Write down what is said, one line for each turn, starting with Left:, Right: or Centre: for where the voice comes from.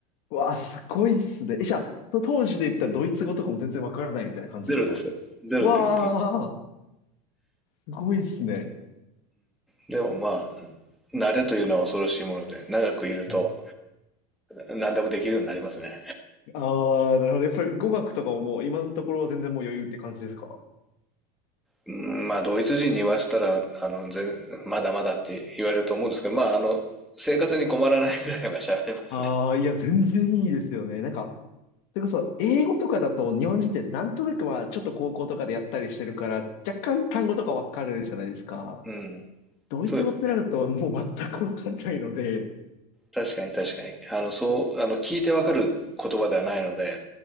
Left: うわあ、すごいっすね。え、じゃあ、その当時で言ったドイツ語とかも全然わからないみたいな感じですか
Centre: <laughs> ゼロですよ。ゼロで。
Left: うわあ、すごいっすね。
Centre: でもまあ、慣れというのは恐ろしいもので、長くいると
Left: はい。
Centre: 何でもできるようになりますね。
Left: ああ、なるほど。やっぱり語学とかももう今のところは全然もう余裕って感じですか
Centre: うん、まあ、ドイツ人に言わせたら、あの、全まだまだって言われると思うんですけど、まあ、あの、生活に困らないぐらいは喋れますね。
Left: ああ、いや、全然いいですよね。なんか、それこそ、英語とかだと日本人ってなんとなくまあ、ちょっと高校とかでやったりしてるから、若干単語とかわかるじゃないですか。
Centre: うん。
Left: ドイツ語ってなるともう全くわかんないので、
Centre: そうですね。確かに確かに。あの、そう、あの、聞いてわかる言葉ではないので、